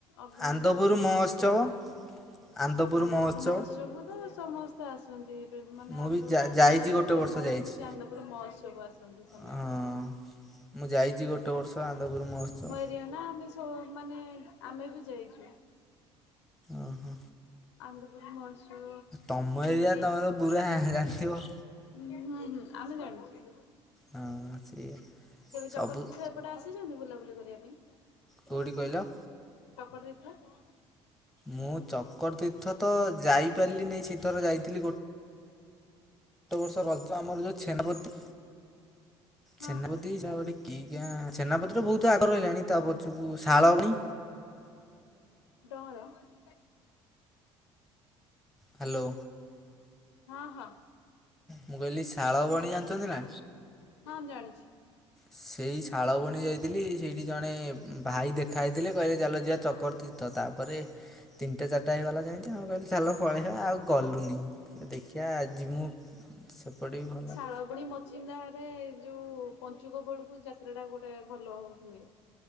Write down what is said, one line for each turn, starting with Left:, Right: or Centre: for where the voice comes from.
Left: ଅଭିନୟ
Centre: ଆନ୍ଦପୁର
Left: ଯୋଉମାନେ
Centre: ମହୋତ୍ସବ
Left: କରନ୍ତି ସେମାନେ ଆସନ୍ତି।
Centre: ଆନ୍ଦପୁର
Left: ଆନନ୍ଦପୁର
Centre: ମହୋତ୍ସବ
Left: ମହୋତ୍ସବକୁ ତ ସମସ୍ତେ ଆସନ୍ତି। ମାନେ
Centre: ମୁଁ
Left: ଆମର
Centre: ବି ଯା-ଯାଇଛି
Left: କଣ କହିବାକୁ ଗଲେ
Centre: ଗୋଟେ
Left: ଫେମସ୍
Centre: ବର୍ଷ ଯାଇଛି।
Left: ହେଉଛି ଆନ୍ଦପୁର ମହୋତ୍ସବ ଆସନ୍ତି ସମସ୍ତେ।
Centre: ହଁ ମୁଁ ଯାଇଛି ଗୋଟେ ବର୍ଷ ଆନନ୍ଦପୁର ମହୋତ୍ସବ।
Left: <unintelligible> ସ ମାନେ ଆମେ ବି ଯାଇଛୁ।
Centre: ଓହୋ।
Left: ଆନ୍ଦପୁର ମହୋତ୍ସବ
Centre: ତମ ଏରିଆ
Left: ଏଇ
Centre: ତମେ ତ ପୁରା ଜାଣିଥିବ।
Left: ହୁଁ ହୁଁ ହୁଁ ଆମେ ଜାଣିଚୁ।
Centre: ହଁ ହଁ ସେଇଆ ସବୁ
Left: ଚକତୀର୍ଥ ଏପଟେ ଆସିଛନ୍ତି ବୁଲାବୁଲି କରିବା ପାଇଁ?
Centre: କୋଉଠି କହିଲ?
Left: <unintelligible>
Centre: ମୁଁ ଚକର ତୀର୍ଥ ତ ଯାଇପାରିଲିିନି ସେଥର ଯାଇଥିଲି ଗୋଟେ ଗୋଟେ ବର୍ଷ ରଜ ଆମର ଯୋଉ ଛେନାପଦୀ
Left: ହଁ
Centre: ଛେନପଦି
Left: ହଁ
Centre: <inaudible> କି ଜାଣି ସେନାପତି ତ ବହୁତ ଆଗ ରହିଲାଣି ତା ପଛକୁ ଶାଳ ପୁଣି
Left: ଡଅଁର <unintelligible>
Centre: ହ୍ୟାଲୋ।
Left: ହଁ ହଁ।
Centre: ମୁଁ କହିଲି ଶାଳ ବଣି ଜାଣିଛନ୍ତି ନା?
Left: ହଁ ଜାଣିଛି।
Centre: ସେଇ ଶାଳବଣୀ ଯାଇଥିଲି ସେଇଠି ଜଣେ ଭାଇ ଦେଖା ହେଇଥିଲେ କହିଲେ ଜାଲ ଯିବା ଚକରତୀର୍ଥ ତ ତାପରେ ତିନିଟା, ଚାରିଟା ହେଇଗଲା ଯେମିତି ଆମେ କହିଲେ ଚାଲ ପଳେଇବା ଆଉ କଲୁନି ଦେଖିବା ଆଜି ମୁଁ ସେପଟେ ବି ଭଲ
Left: <unintelligible> ଚିନ୍ଦାରେ ଯେଉଁ ପଞ୍ଚୁକୋ ବେଳକୁ ଯାତ୍ରାଟା ଗୋଟେ ଭଲ ହୁଏ।